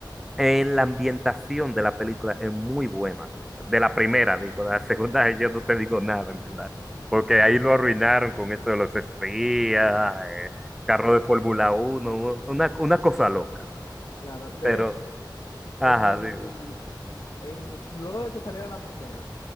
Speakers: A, in the centre; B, on the left.
A: eh, la ambientación de la película es muy buena. De la primera, digo, de la segunda <laughs> yo no te digo nada, en verdad.
B: <laughs>
A: Porque ahí
B: De
A: lo
B: la
A: arruinaron
B: primera.
A: con eso de los espías, eh, carro de Fórmula Uno, una, una cosa loca.
B: Claro, de
A: Pero,
B: hecho,
A: ajá,
B: en el,
A: digo.
B: en, luego de que saliera la primera,